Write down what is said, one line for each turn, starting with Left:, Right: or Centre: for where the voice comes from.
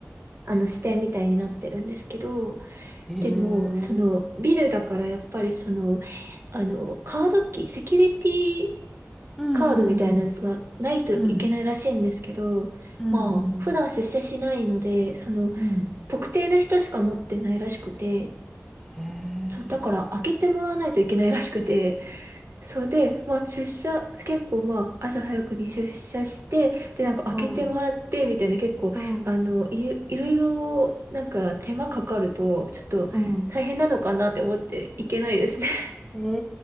Right: あの、支店みたいになってるんですけど、
Centre: へえ。
Right: でも、その、ビルだから、やっぱり、その、あの、カードキー、セキュリティ
Centre: うんうん
Right: カードみたいなやつがないといけないらしいんですけど、
Centre: うん。うんうんうん
Right: まあ、普段出社しないので、その、
Centre: うん。うん。
Right: 特定の人しか持ってないらしくて、
Centre: へえ。
Right: そう、だから開けてもらわないといけないらしくて、そうで、まあ出社、結構まあ朝早くに出社して、でなんか開けてもらってみたいな結構、
Centre: うん。うん、
Right: あの、い、いろいろなんか手間かかると、ちょっと大変なのかなって思っていけないですね。
Centre: うん。
Right: <laughs>
Centre: え